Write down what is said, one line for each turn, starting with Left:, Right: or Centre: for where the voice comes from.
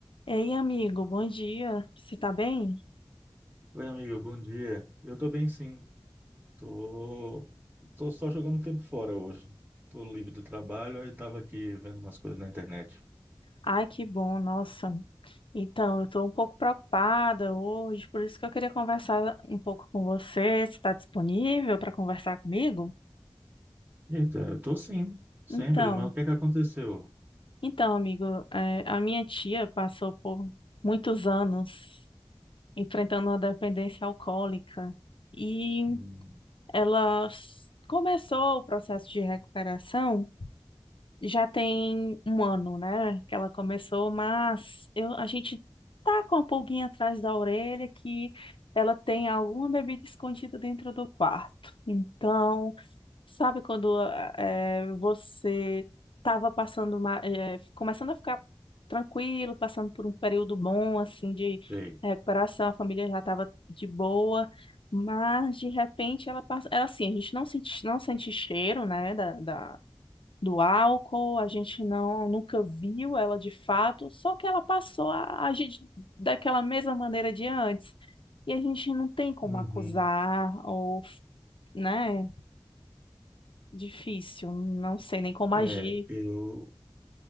Left: Ei, amigo, bom dia. Você tá bem?
Right: Oi, amigo, bom dia. Eu tô bem, sim. Tô, tô só jogando tempo fora hoje. Tô livre do trabalho, aí tava aqui vendo umas coisas na internet.
Left: Ai, que bom, nossa. Então, eu tô um pouco preocupada hoje, por isso que eu queria conversar um pouco com você. Você está disponível para conversar comigo?
Right: Eita, eu tô sim, sempre,
Left: Então,
Right: mas o que é que aconteceu?
Left: então, amigo, eh, a minha tia passou por muitos anos enfrentando uma dependência alcoólica e
Right: Hum,
Left: ela s- começou o processo de recuperação. já tem um ano, né, que ela começou, mas eu, a gente tá com a pulguinha atrás da orelha que ela tem alguma bebida escondida dentro do quarto. Então, sabe quando ah, eh, você estava passando uma, eh, começando a ficar tranquilo, passando por um período bom assim de
Right: sei.
Left: recuperação, a família já estava de boa. Mas de repente ela passa, ela assim, a gente não sente, não sente cheiro, né, da, da- do álcool, a gente não nunca viu ela de fato, só que ela passou a agir de- daquela mesma maneira de antes. E a gente não tem como
Right: Uhum.
Left: acusar, ou, né? Difícil, não sei nem como agir.
Right: É, eu,